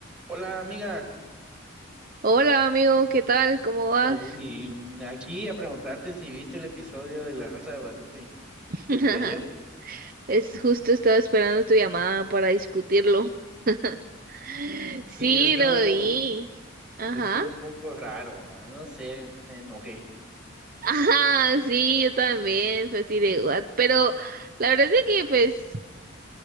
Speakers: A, in the centre; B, on the right (about 45°).
A: Hola amiga,
B: Hola amigo, ¿qué tal? ¿Cómo vas?
A: Oli, mm, aquí a preguntarte si viste el episodio de La Rosa de Guadalupe
B: <laughs>
A: del de ayer.
B: Es justo estaba esperando tu llamada para discutirlo. <laughs>
A: Mm. Sí,
B: Sí,
A: estuvo,
B: lo vi. Ajá.
A: estuvo un poco raro, ah, no sé, me enojé.
B: Ajá, sí, yo también, fue así de what. Pero la verdad es que pues